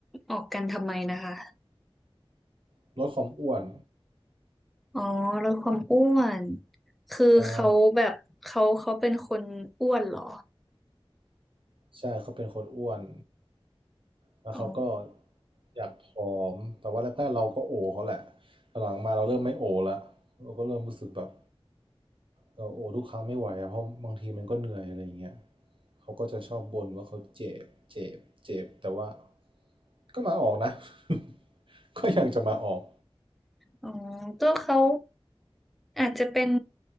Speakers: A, in the centre; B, on the right (about 60°).
A: ออกกันทำไมนะคะ
B: <laughs> ลดความอ้วน
A: อ๋อลดความอ้วนคือเขาแบบเขาเขาเป็นคนอ้วนเหรอ
B: ใช่ ใช่เขาเป็นคนอ้วนแล้วเขาก็
A: อ๋อ
B: อยากผอมแต่ว่าแรกๆเราก็โอเขาแหละหลังๆมาเราเริ่มไม่โอละเราก็เริ่มรู้สึกแบบเราโอทุกครั้งไม่ไหวอะเพราะบางทีมันก็เหนื่อยอะไรอย่างเงี้ยเขาก็จะชอบบ่นว่าเขาเจ็บเจ็บเจ็บแต่ว่าก็มาออกนะ <laughs> ก็ยังจะมาออก
A: อ๋อก็เขาอาจจะเป็น